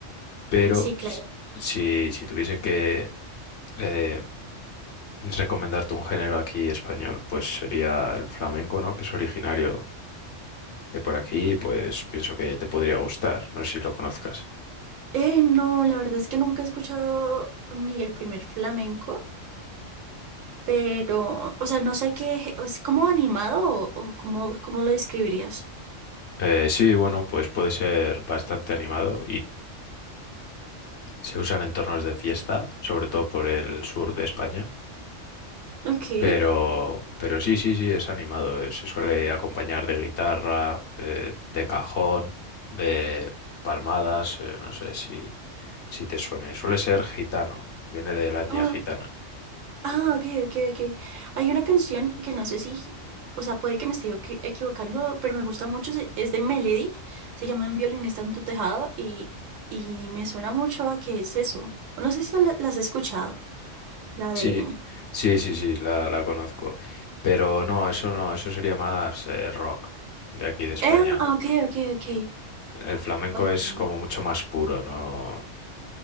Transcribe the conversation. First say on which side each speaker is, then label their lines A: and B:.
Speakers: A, on the left; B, on the right.
A: Pero
B: Sí, claro.
A: s- si, si tuviese que eh, recomendarte un género aquí español, pues sería el flamenco, ¿no? Que es originario de por aquí, pues pienso que te podría gustar, no sé si lo conozcas.
B: Eh, no, la verdad es que nunca he escuchado ni el primer flamenco. Pero, o sea, no sé qué, ¿es como animado o, o cómo, cómo lo describirías?
A: Eh, sí, bueno, pues puede ser bastante animado Se usan en entornos de fiesta, sobre todo por el sur de España.
B: Ok.
A: Pero, pero sí, sí, sí, es animado. eh, Se suele acompañar de guitarra, eh, de cajón, de palmadas. eh, no sé si, si te suene. Suele ser gitano, viene de la etnia
B: Oh,
A: gitana.
B: ah, ok, ok, ok. Hay una canción que no sé si, o sea, puede que me esté equi- equivocando, pero me gusta mucho, se- es de Melody, se llama Un violinista en tu tejado y, y me suena mucho a que es eso. No sé si la, la has escuchado, la de...
A: Sí, sí, sí, sí, la, la conozco. Pero no, eso no, eso sería más eh, rock de aquí de España.
B: Eh, ah, ok, ok, ok.
A: El flamenco
B: Ok.
A: es como mucho más puro, ¿no?